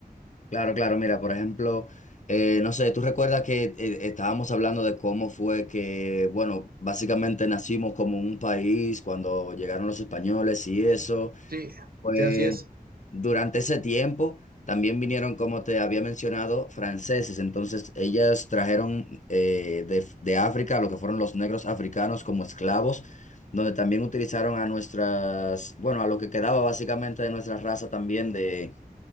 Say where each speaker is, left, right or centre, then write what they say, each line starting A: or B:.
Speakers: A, on the left; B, on the right.
A: Claro, claro, mira, por ejemplo, eh, no sé, tú recuerdas que eh, estábamos hablando de cómo fue que, bueno, básicamente nacimos como un país cuando llegaron los españoles y eso.
B: Sí,
A: Pues
B: sí, así es.
A: durante ese tiempo también vinieron, como te había mencionado, franceses. Entonces ellas trajeron eh, de, de África lo que fueron los negros africanos como esclavos, donde también utilizaron a nuestras, bueno, a lo que quedaba básicamente de nuestra raza también de,